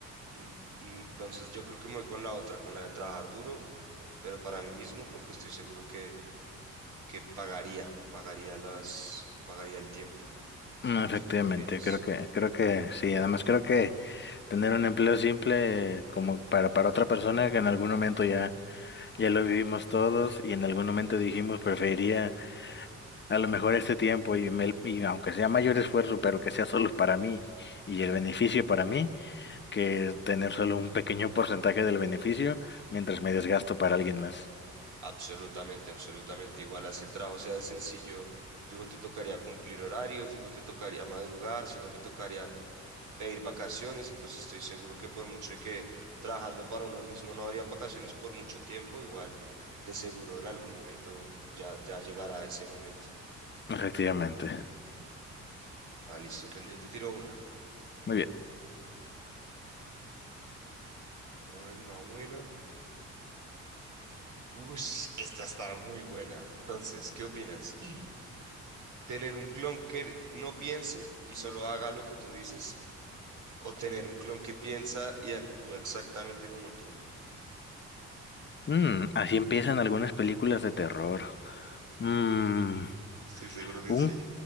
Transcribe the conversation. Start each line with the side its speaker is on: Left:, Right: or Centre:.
Right: Mm, Entonces yo creo que me voy con la otra, con la de trabajar duro, pero para mí mismo porque estoy seguro que, que pagaría, pagaría las, pagaría el tiempo.
Left: No, efectivamente,
Right: No sé tú qué opinas.
Left: creo que, creo que sí. Además, creo que tener un empleo simple como para, para otra persona que en algún momento ya, ya lo vivimos todos y en algún momento dijimos preferiría a lo mejor este tiempo y, me- y aunque sea mayor esfuerzo, pero que sea solo para mí y el beneficio para mí, que tener solo un pequeño porcentaje del beneficio mientras me desgasto para alguien más.
Right: Absolutamente, absolutamente igual. Así el trabajo sea de sencillo, fijo te tocaría cumplir horario, fijo te tocaría madrugar, fijo te tocaría pedir vacaciones y pues estoy seguro que por mucho que trabajando para uno mismo no habrían vacaciones por mucho tiempo, igual de seguro en algún momento ya, ya llegará ese momento.
Left: Efectivamente.
Right: Ah, listo, ven, yo te tiro una.
Left: Muy bien.
Right: A ver, una buena. Uy, esta está muy buena. Entonces, ¿qué opinas? <clears throat> ¿Tener un clon que no piense y solo haga lo que tú dices? ¿O tener un clon que piensa y actúa exactamente como tú?
Left: Mm, así empiezan algunas películas de terror. Mm,
Right: Estoy seguro que
Left: un
Right: sí.